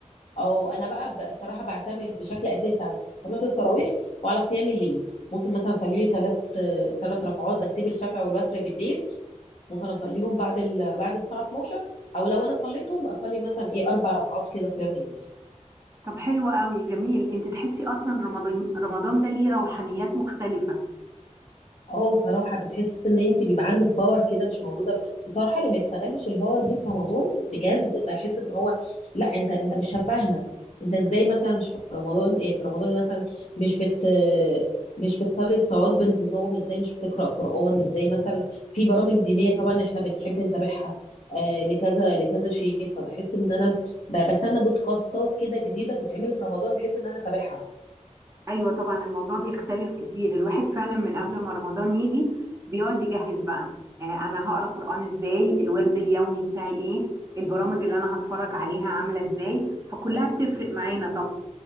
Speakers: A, on the left (about 60°); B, on the right (about 25°).
A: او انا بقى بصراحة بعتمد بشكل اساسي على صلاة التراويح وعلى قيام الليل ممكن مثلا اصلي لي ثلاث ثلاث ركعات بسيب الشفع والوتر بالليل ممكن اصليهم بعد ال... بعد الساعه 12 او لو انا صليتهم بصلي مثلا ايه اربع ركعات كده قيام ليل
B: طب حلو قوي جميل انت تحسي اصلا رمضان رمضان ده ليه روحانيات مختلفة
A: اه صراحة بتحس ان انت بيبقى عندك باور كده مش موجودة وصراحة اللي ما يستغلش الباور دي في رمضان بجد بحس ان هو لا انت انت مش شبهنا انت ازاي مثلا مش في رمضان إيه في رمضان مثلا مش بت مش بتصلي الصلوات بانتظام ازاي مش بتقرأ قرآن ازاي مثلا في برامج دينية طبعا احنا بنحب نتابعها آه لكذا لكذا شيخ فبحس ان انا ب- بستنى بودكاستات كده جديدة تتعمل في رمضان بحيث ان انا اتابعها
B: ايوه طبعا الموضوع بيختلف كتير الواحد فعلا من قبل ما رمضان يجي بيقعد يجهز بقى آه انا هقرا قرآن ازاي الورد اليومي بتاعي ايه البرامج اللي انا هتفرج عليها عامله ازاي فكلها بتفرق معانا طبعا